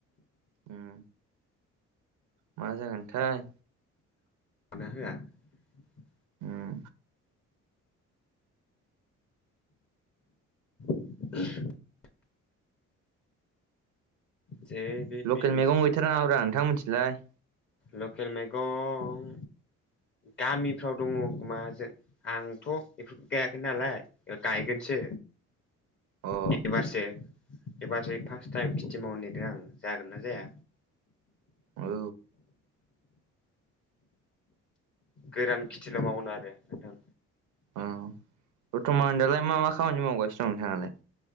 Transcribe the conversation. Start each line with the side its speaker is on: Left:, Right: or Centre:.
Right: ओम मा जागोनथाय?
Left: मान हो <unintelligible>
Right: ओम
Left: <unintelligible> जे बे
Right: लकेल
Left: बिजनेस
Right: मैगं गैथारा नोंथां मोनथिलाय?
Left: लकेल मैगं गामिफ्राव दङ खोमा जों आंथ' बेफोरखौ गायाखै नालाय गायगोनसो।
Right: अ औ
Left: बेनिफारसे <unintelligible> एबारसो फार्स्ट टाइम खेथि मावनो नागिर दों आं, जागोन ना जाया?
Right: औ
Left: गोरान खेथिल' मावगोन आरो नोंथां।
Right: औ बरथ'मान दालाय मा मा खामानि मावगासिनो दं नोंथाङालाय?